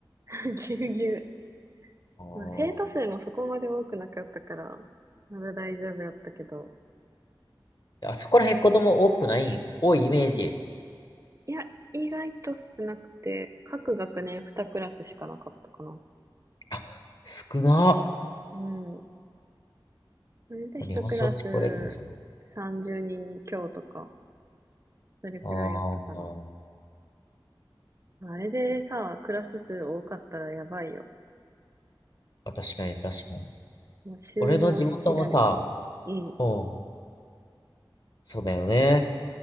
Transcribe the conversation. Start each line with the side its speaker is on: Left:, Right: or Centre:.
Right: <laughs> ぎゅうぎゅう。
Left: あー
Right: まあ、生徒数もそこまで多くなかったから、まだ大丈夫やったけど。
Left: あそこら辺子供多くない、多いイメージ。
Right: いや、意外と少なくて、各学年2クラスしかなかったかな。
Left: あ、少な。
Right: うん。それで1クラス30人強とか。
Left: 日本少子高齢化ですね。
Right: それくらいやったかな。
Left: あー
Right: あれでさ、クラス数多かったらやばいよ。
Left: あ、確かに確かに。
Right: もう収納しきられへん。
Left: 俺の地元もさ、
Right: うん。
Left: うん、そうだよね。